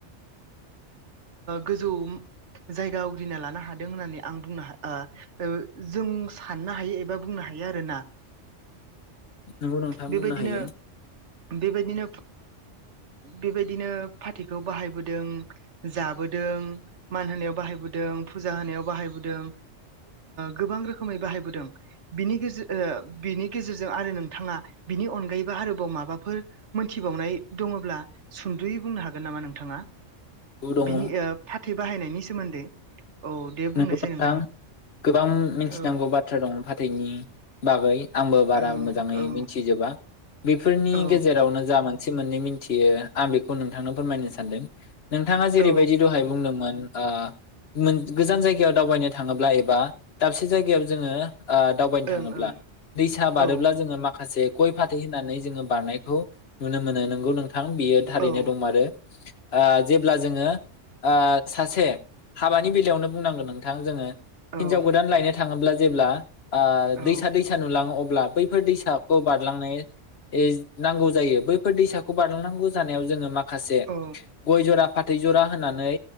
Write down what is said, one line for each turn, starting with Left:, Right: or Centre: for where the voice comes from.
Right: गोजौ जायगा आवग्रिना लानो हादों होननानै आं बुंनो जों साननो हायो एबा बुंनो हायो आरोना
Left: नोंगौ नोंथाङां
Right: बेबायदिनो
Left: बुंनो हायो।
Right: बेबायदिनो बेबायदिनो फाथैखौ बाहायबोदों जाबोदों मान होनायाव बाहायबोदों फुजा होनायाव बाहायबोदों गोबां रोखोमै बाहायबोदों बिनि गेजेर बिनि गेजेरजों आरो नोंथाङा बिनि अनगायैबो आरोबाव माबाफोर मोनथिबावनाय दङब्ला सुद'यै बुंनो हागोन नामा नोंथाङा
Left: दङ
Right: बिनि फाथै बाहायनायनि सोमोन्दै औ दे बुंनायसै
Left: नोंगथां
Right: नोंथां
Left: गोबां मिथिनांगौ
Right: औ
Left: बाथ्रा दङ फाथथायनि बागै आंबो बारा
Right: ओं
Left: मोजाङै
Right: औ
Left: मिथिजोबा बेफोरनि
Right: औ
Left: गेजेरावनो जा मोन से मोननै मिथियो आं बेखौ नोंथांनो फोरमायनो सानदों नोंथाङा जेरैबायदि
Right: औ
Left: दहाय बुंदोंमोन आ मोन गोजान जायगायाव दावबायनो थाङोब्ला एबा दाबसे जायगायाव जोङो दावबायनो
Right: औ
Left: थाङोब्ला
Right: ओं
Left: दैसा बारोब्ला
Right: ओं
Left: जोङो माखासे गय फाथै होननानै जोङो बारनायखौ नुनो मोनो नोंगौ न थां बियो थारैनो
Right: औ
Left: दं आरो जेब्ला जोङो सासे हाबानि बे फलियावनो बुंनांगोन नोंथां जोङो हिन्जाव
Right: ओं
Left: गोदान लायनो थाखाय थाङोब्ला जेब्ला
Right: औ
Left: दैसा दैसा नुलाङो अब्ला बै ब दैसाखौ बारलांनाय नांगौ जायो बैफोर दैसाखौ बारलांनांगौ जानायाव जोङो माखासे से
Right: औ
Left: गय जरा फाथ फाथै जरा होनानै